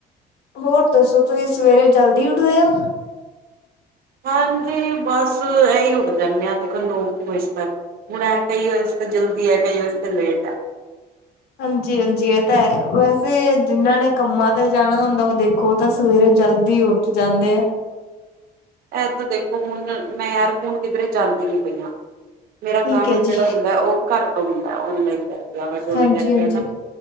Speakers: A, on the left; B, on the right.
A: ਹੋਰ ਦੱਸੋ, ਤੁਸੀਂ ਸਵੇਰੇ ਜਲਦੀ ਉੱਠਦੇ ਓ?
B: ਹਾਂਜੀ, ਬੱਸ ਇਹੀ ਉੱਠਦੇ ਹੁਣੇ ਆ। ਦੇਖੋ ਨੋ ਕ ਵਜੇ ਤੱਕ, ਹੁਣ ਕਈ ਵਜੇ ਜਲਦੀ ਹੈ ਕਈ ਵਾਸਤੇ ਲੇਟ ਐ।
A: ਹਾਂਜੀ, ਹਾਂਜੀ ਇਹ ਤਾਂ ਐ ਵੈਸੇ ਜਿੰਨਾਂ ਨੇ ਕੰਮਾਂ ਤੇ ਜਾਣਾ ਹੁੰਦਾ ਉਹ ਦੇਖੋ ਤਾਂ ਸਵੇਰੇ ਜਲਦੀ ਉਠ ਉੱਠ ਜਾਂਦੇ ਆ।
B: ਇਧ ਦੇਖੋ ਹੁਨ ਮੈਂ ਯਾਰ ਹੁਣ ਕਿੱਧਰੇ ਜਾਂਦੀ ਨੀ ਪਈਆ, ਮੇਰਾ
A: ਠੀਕ
B: ਕੰਮ
A: ਹੈ
B: ਜਿਹੜਾ
A: ਜੀ,
B: ਹੁੰਦਾ ਉਹ ਘਰ ਤੋਂ ਹੁੰਦਾ ਔਨਲਾਈਨ ਕਰ ਜਾਂ ਮੈਂ ਕੋਈ
A: ਹਾਂਜੀ-ਹਾਂਜੀ,
B: ਕਰਦੀ ਆ ਨਾ